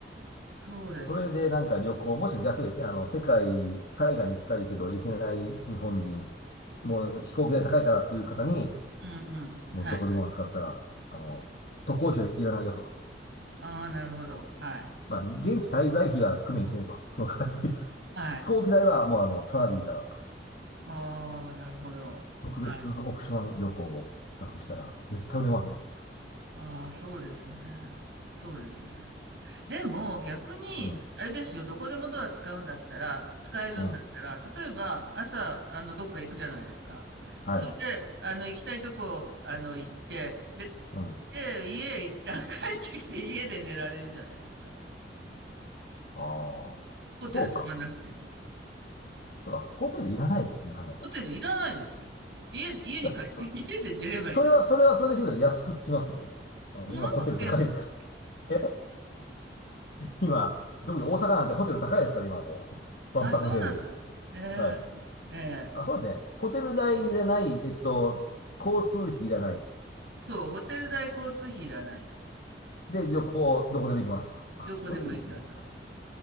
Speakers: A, on the right; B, on the left.
A: そうです。
B: それでなんか旅行、もしくは逆ですね、あの、世界、海外に行きたいけど行けない日本人、もう飛行機代高いからっていう方に、
A: うんうん。
B: もうどこでも使ったら、
A: はい。
B: あの、渡航費はいらないよと。
A: ああ、なるほど。はい。
B: まあ、現地滞在費は工面してねと。その代わり、<laughs>
A: はい。
B: 飛行機代はもうあの、ただでいいからと。
A: ああ、なるほど。
B: 特別オプション旅行を企画したら絶対売れますよ、
A: はい。
B: きっと。
A: ああ、そうですね。そうですね。でも、逆に、
B: うん。
A: あれですよ、どこでもドア使うんだったら、使えるんだったら、
B: うん。
A: 例えば、朝、あの、どっか行くじゃないですか。
B: はい。
A: それで、あの、行きたいとこ、あの、行って、で、
B: うん。
A: で、家へ一旦帰ってきて、家で寝られるじゃないですか。
B: ああ。
A: ホテル泊まんなくても。
B: そうか。そうか。ホテルいらないですね、考えたら。
A: ホテルいらないですよ。家で、家に帰って、
B: じゃあ、そ、
A: <laughs> 家で寝ればいいんだ。
B: それは、それはそれだけど安くつきますよ、もう。あの、
A: ものすごく安い。
B: 今ホテル高いですから。<laughs> え、今、特に大阪なんてホテル高いですから、今もう。<laughs>
A: あ、
B: 万博のせいで。
A: そうなんだ。え
B: はい。
A: ええ
B: あ、そうですね。
A: え
B: ホテル代いらない、えっと、交通費いらない。
A: そう、ホテル代交通費いらない。
B: で、旅行、どこでも行きますと。あ、
A: どこでも行けます。
B: それいいですね。